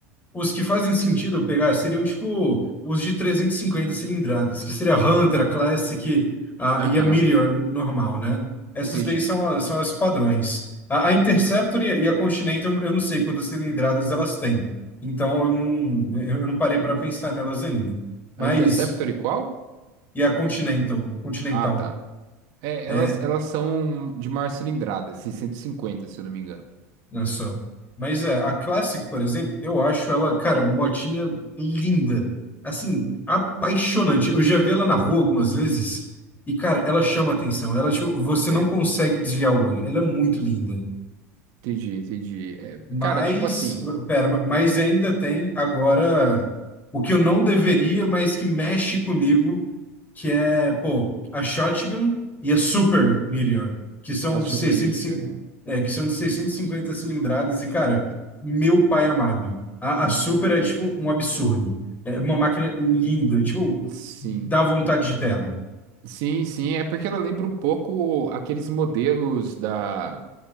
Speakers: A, on the left; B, on the right.
A: Os que fazem sentido eu pegar seriam tipo os de 350 cilindradas, que seria a Hunter, a Classic, a,
B: aham,
A: e a Meteor normal, né? Essas
B: entendi.
A: daí são, as- são as padrões. A, a Interceptor e a, e a Continental, eu não sei quantas cilindradas elas têm. Então eu não, eu não parei para pensar nelas ainda. Mas,
B: A Interceptor e qual?
A: e a Continental, Continental?
B: Ah, tá. É,
A: É,
B: elas, elas são de maior cilindrada, 650 se eu não me engano.
A: Olha só. Mas é, a Classic, por exemplo, eu acho ela, cara, motinha linda. Assim, apaixonante. Eu já vi ela na rua algumas vezes e, cara, ela chama atenção. Ela, tipo, você
B: É,
A: não consegue desviar o olho. Ela é muito linda.
B: entendi, entendi. É,
A: Mas,
B: cara, tipo assim,
A: pera, mas ainda tem agora o que eu não deveria, mas que mexe comigo, que é, pô, a Shotgun e a Super Meteor, que são
B: a
A: de
B: Super
A: 650,
B: Meteor, né?
A: é, que são de 650 cilindradas e, cara, meu pai amado, a,
B: Uhum.
A: a Super é, tipo, um absurdo. É uma máquina linda, tipo,
B: Sim.
A: dá vontade de ter ela.
B: Sim, sim, é porque ela lembra um pouco aqueles modelos da.